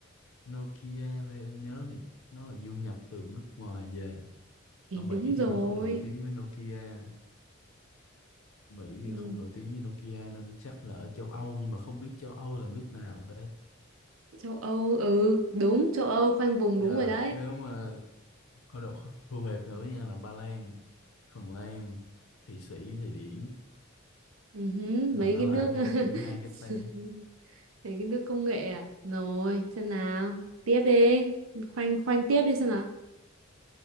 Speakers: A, on the left (about 85°); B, on the right (about 70°).
A: Nokia theo em nhớ thì nó là du nhập từ nước ngoài về
B: Thì
A: ở Mỹ
B: đúng rồi.
A: thì nó không nổi tiếng với Nokia Mỹ
B: Ừ,
A: thì không nổi tiếng với Nokia nên chắc là ở châu Âu nhưng mà không biết châu Âu là nước nào đây
B: Châu Âu, ừ, đúng, châu Âu khoanh vùng
A: giờ
B: đúng rồi đấy.
A: nếu mà thôi độ thu hẹp nữa nha là Ba Lan Phần Lan Thụy Sĩ Thụy Điển
B: Ừ hứ, mấy
A: mà nó
B: cái nước
A: làm theo kiểu hai cái tay
B: <laughs> mấy cái nước công nghệ à rồi xem nào tiếp đi khoanh khoanh tiếp đi xem nào